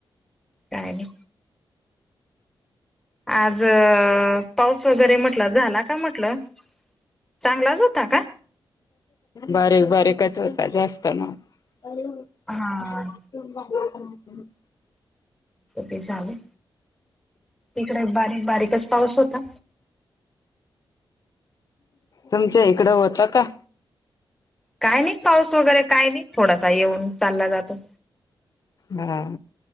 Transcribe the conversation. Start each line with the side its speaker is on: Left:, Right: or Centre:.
Centre: काय नाही.. आज पाऊस वगैरे म्हटलं झाला का म्हटलं. चांगलाच होता का?
Left: बर बरेकच होतात जास्त ना. <unintelligible>
Centre: हा हो ते इकडे बारीक बारीकच पाऊस होता..
Left: तुमच्या इकडं होत का?.
Centre: काय नाही पाऊस वगैरे काय नाही. थोडासा येऊन चालला जातो.
Left: हा